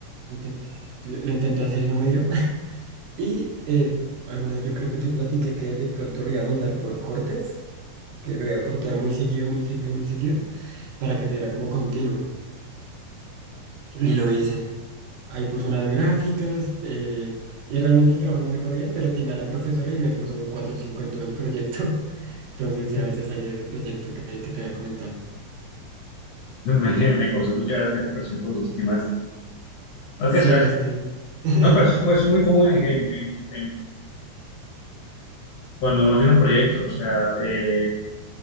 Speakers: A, on the right; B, on the left.
A: lo intenté, lo- lo intenté hacer y no me dio. <laughs> Y eh, alguna vez yo creo que te platiqué que de pronto lo iba a mandar por cortes. que lo iba a cortar muy seguido, muy seguido, muy seguido, para que se viera como continuo. Y lo hice. Ahí puso unas gráficas, eh, y realmente el trabajo no me quedó bien, pero timé a la profesora y me puso 4 o 5 en todo el proyecto. <laughs> Entonces ya,
B: <laughs>
A: ya salí de ese proyecto que, que te había comentado.
B: Me, me causó mucha gracia la expresión que vos estimaste. Aunque
A: Sí,
B: sabes
A: los
B: que...
A: timé. <laughs>
B: No, pero es, es muy común en, en- en- en cuando uno tiene un proyecto. O sea, eh,